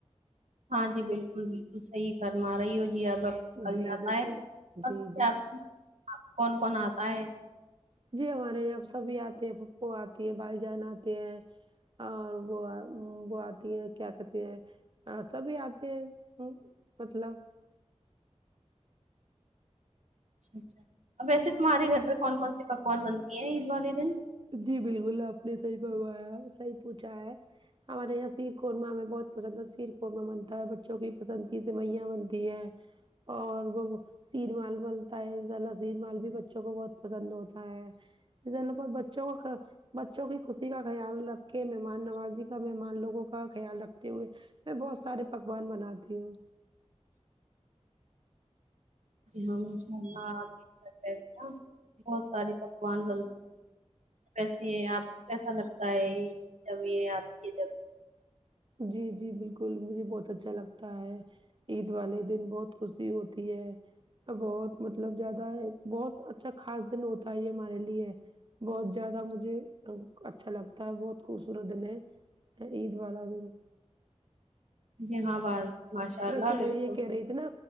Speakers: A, on the right; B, on the right.
A: ہاں جی بالکل بالکل صحیح فرما رہی ہو جی اب آپ نکل
B: جی
A: جاتا
B: ویسے
A: ہے <unintelligible>
B: جی جی
A: کون کون آتا ہے
B: جی ہمارے یہاں سبھی آتے ہیں پھوپھو آتے ہیں بھائی جان آتے ہیں اور وہ وہ آتی ہے کیا کہتے ہیں آ سبھی آتے ہیں ہمم مطلب
A: اچھا اچھا ا ویسے تمہارے گھر پے کون کون سی پکوان بنتی ہیں عید والے دن
B: جی بالکل آپ نے صحیح فرمایا ہے صحیح پوچھا ہے ہمارے یہاں سیر قورمہ ہمیں بہت پسند ہے سیر قورمہ بنتا ہے بچوں کی پسندگی سوئیا بنتی ہے اور وہ شیر مال بنتا ہے زلا شیر مال بھی بچوں کو بہت پسند ہوتا ہے اس <unintelligible> چو کا بچوں کی خوشی کا خیال رکھ کے مہمان نوازی کا مہمان لوگوں کا خیال رکھتے ہوئے میں بہت سارے پکوان بناتی ہوں
A: جی ہاں ماشاءاللہ آپ نے بتایئے ہے نہ بہت سارے پکوان بن ویسے آپ کو کیسا لگتا ہے یے جب آپ کے جب
B: جی جی بالکل مجھے بہت اچھا لگتا ہے عید والے دن بہت خوشی ہوتی ہے بہت مطلب زیادہ ہے بہت اچھا خاص دن ہوتا ہے یے ہمارے لیے بہت زیادہ مجھے اچھا لگتا ہے بہت خوبصورت دن ہے عید والا دن
A: جی ہاں باز ماشاء
B: ویسے
A: اللہ بالکل
B: میں یے کہہ رہی تھی نا